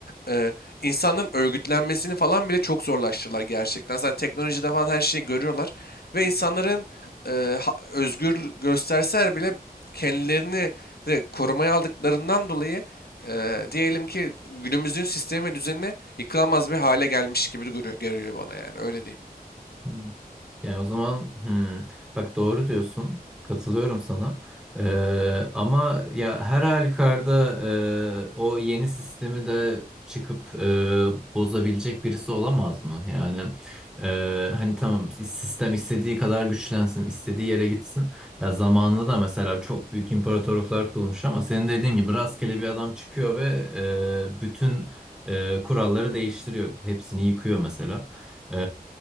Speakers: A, on the left (about 85°); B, in the centre.
A: e, insanların örgütlenmesini falan bile çok zorlaştırdılar gerçekten. Zaten teknolojide falan her şeyi görüyorlar ve insanların e, ha- özgür gösterseler bile kendilerini de korumaya aldıklarından dolayı e, diyelim ki günümüzün sistemi ve düzenine yıkılamaz bir hale gelmiş gibi görüyor, görüyor bana yani öyle diyeyim.
B: hı. Yani o zaman hmm, bak doğru diyorsun. Katılıyorum sana. Ee, ama ya her halükarda e, o yeni sistemi de çıkıp e, bozabilecek birisi olamaz mı? Yani e, hani tamam sistem istediği kadar güçlensin, istediği yere gitsin. Ya zamanında da mesela çok büyük imparatorluklar kurulmuş ama senin dediğin gibi rastgele bir adam çıkıyor ve e, bütün e, kuralları değiştiriyor. Hepsini yıkıyor mesela. Ee,